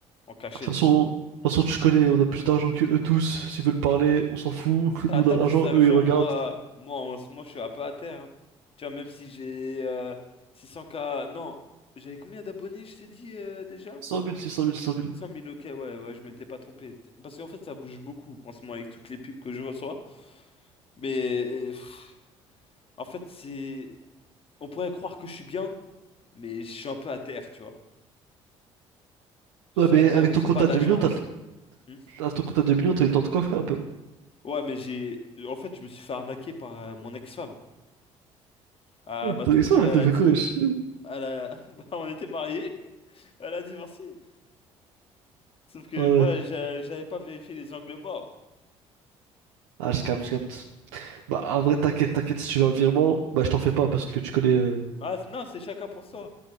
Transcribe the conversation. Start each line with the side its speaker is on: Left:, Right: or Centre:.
Left: en cachette.
Right: toute façon, de toute façon, tu connais, on a plus d'argent que eux tous. S'ils veulent parler, on s'en fout. <laughs>
Left: T'as,
Right: Nous,
Left: t'as
Right: on a l'argent,
Left: plus d'argent,
Right: eux, ils regardent.
Left: moi, moi, en ce moment, je suis un peu à terre. hein. Tu vois, même si j'ai euh, 600K... Non, j'avais combien d'abonnés, je t'ai dit euh, déjà?
Right: cent mille six cent mille cent mille
Left: 600 000, ok, ouais, ouais, je m'étais pas trompé. Parce qu'en fait, ça bouge beaucoup en ce moment avec toutes les pubs que je reçois. Mais euh, pff, en fait, c'est. On pourrait croire que je suis bien, mais je suis un peu à terre, tu vois. Je
Right: Ouais,
Left: suis
Right: mais
Left: à terre,
Right: avec ton
Left: j'ai
Right: compte
Left: pas
Right: à
Left: d'agence.
Right: 2 millions, t'as le-
Left: Hmm.
Right: t'as ton compte à 2 millions, t'as eu le temps de coiffer un peu.
Left: Ouais, mais j'ai. En fait, je me suis fait arnaquer par euh, mon ex-femme. Elle m'a
Right: Ton
Left: tout
Right: ex
Left: pris,
Right: elle
Left: elle
Right: te
Left: a
Right: fait
Left: div...
Right: quoi, wesh
Left: elle a... <laughs> bah, on était mariés, <laughs> elle a divorcé. Sauf que
Right: Ah ouais.
Left: moi, j'a- j'avais pas vérifié les angles morts.
Right: Ah, je capte, je capte. Bah, en vrai, t'inquiète, t'inquiète, si tu veux un virement, bah, je t'en fais pas parce que tu connais euh,
Left: Ah non, c'est chacun pour soi.